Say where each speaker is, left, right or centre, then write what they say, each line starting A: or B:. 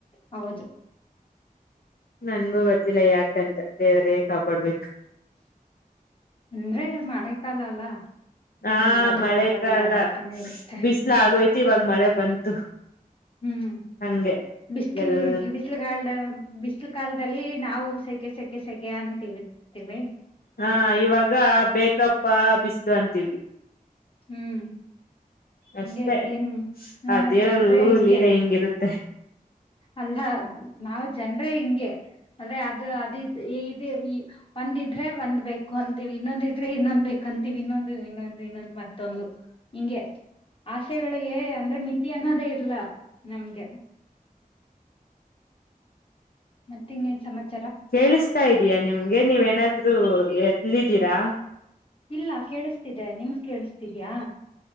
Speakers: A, on the left (about 35°); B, on the left (about 80°).
A: ಹೌದು
B: ನನ್ಗು ಗೊತ್ತಿಲ್ಲ ಯಾಕಂತ ದೇವರೆ ಕಾಪಾಡ್ಬೇಕು
A: ಅಂದ್ರೆ ಮಳೆಕಾಲ ಅಲ್ಲ
B: ಹಾ
A: ಏನ್ ಮಾಡೋದಕ್
B: ಮಳೆ
A: ಆಗೋದಿಲ್ಲ
B: ಕಾಲ
A: ಬರ್ತಾನೆ ಇರುತ್ತೆ
B: ಬಿಸಲು
A: ಹ್ಮ್
B: ಆಗೋಯ್ತಿ ಇವಾಗ ಮಳೆ ಬಂತು
A: ಹ್ಮ್
B: ಹಂಗೆ
A: ಬಿಸಿಲು
B: ಎಲ್
A: ಬಿಸಿಲುಗಾಲ್ದ ಬಿಸಿಲು ಕಾಾಲದಲ್ಲಿ ನಾವು ಸೈ ಸಕ ಸೆಕೆ ಸೆಕೆ ಅಂತವಿತೀವಿ
B: ಹಾ ಇವಾಗ ಬೇಕಪ್ಪ ಬಿಸಿಲು ಅಂತೀವಿ
A: ಹ್ಮ್
B: ಅಷ್ಟೆ
A: ಹಗೆ ಏನ್ ಹ್ಮ
B: ಆ ದೇವರು
A: ಜನರೆ ಹಿಂಗೆ
B: ಲೀಲೆ ಹಿಂಗಿರುತ್ತೆ
A: ಅಲ್ಲ ನಾವ ಜನ್ರೇ ಹಿಂಗೆ ಅ್ರ ಅದು ಅದ ಇ ಒಂದಿದ್ರೆ ಒಂದ್ ಬೇಕು ಅಂತೀವಿ ಇನ್ನೊಂದಿದ್ರೆ ಇನ್ನೊಂದ್ ಬೇಕಂತ ವಿ ಇನ್ನೊಂದು ಇನ್ನೊಂದು ಇನ್ನೊಂದು ಮತ್ತೊಂದು ಹಿಂಗೆ ಆಶೆಗಳಿಗೆ ಅಂದ್ರೆ ಮಿತಿ ಅನ್ನೋದೇ ಇಲ್ಲ ನಮ್ಗೆ ಮತ್ತ ಇನ್ನೆನ್ ಸಮಾಚಾರ
B: ಕೇಳಿಸ್ತಾ ಇದೀಯಾ ನಿಮ್ಗೆ ನೀವೇನಾದ್ರು ಎಲ್ಲಿದ್ದೀರಾ
A: ಇಲ್ಲ ಕೇಳಿಸ್ತಿದೆ ನಿಮ್ಗೆ ಕೇಳಸ್ತಿದ್ಯಾ